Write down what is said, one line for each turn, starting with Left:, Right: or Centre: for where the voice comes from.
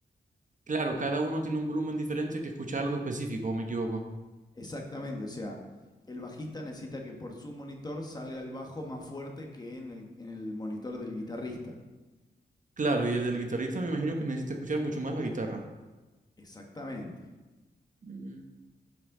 Right: Claro, cada uno tiene un volumen diferente que escucha algo específico, ¿o me equivoco?
Left: Exactamente, o sea, el bajista necesita que por su monitor salga el bajo más fuerte que en el, en el monitor del guitarrista.
Right: Claro, y el del guitarrista me imagino que necesita escuchar mucho más la guitarra.
Left: Exactamente.
Right: Mm,